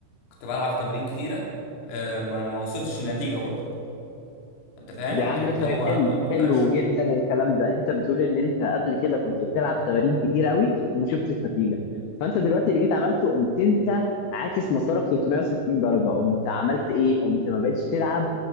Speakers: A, on the left (about 60°); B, on the left (about 75°).
A: كنت بلعب تمارين كتيره آه، ما ما وصلتش للنتيجه برضه انت فاهم
B: يا عم
A: يعني
B: طيب
A: هو ما
B: حلو
A: ما ما فرقش
B: حلو جدا الكلام ده انت بتقول ان انت قبل كده كنت بتلعب تمارين كتير قوي وما شفتش نتيجه فانت دلوقتي اللي جيت عملته قمت انت عاكس مسارك 360 درجه قمت عملت ايه قمت ما بقتش تلعب